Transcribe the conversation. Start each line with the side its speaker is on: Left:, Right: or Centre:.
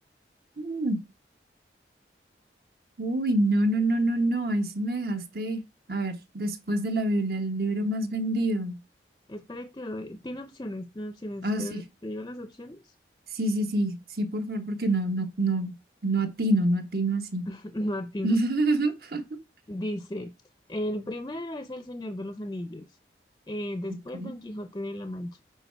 Right: Mm, Uy, no, no, no, no, no, ahí sí me dejaste, a ver, después de la Biblia, el libro más vendido.
Left: Espera, y te doy- Tiene opciones, tiene opciones.
Right: Ah,
Left: ¿Te,
Right: Mm. sí,
Left: te digo las opciones?
Right: sí, sí, sí, sí, por favor, porque no, no, no, no atino, no atino así.
Left: <laughs> No atino.
Right: <laughs>
Left: Dice, el primero es El Señor de los Anillos. eh, después
Right: Ok.
Left: Don Quijote de la Mancha.